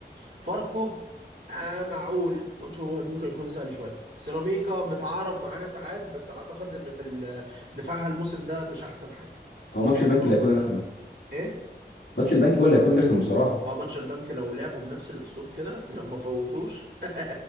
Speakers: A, on the right; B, on the left.
A: فاركو آه معقول ماتش هو ممكن يكون سهل شويه سيراميكا بتعارب معانا ساعات بس اعتقد ان في ال- دفاعها الموسم ده مش احسن حاجه
B: هو ماتش البنك اللي
A: أه؟
B: هيكون رخم
A: ايه
B: ماتش البنك ولا هيكون رخم بصراحه
A: اه ماتش البنك لو لعبوا بنفس الاسلوب كده لو ما فوتوش <laughs>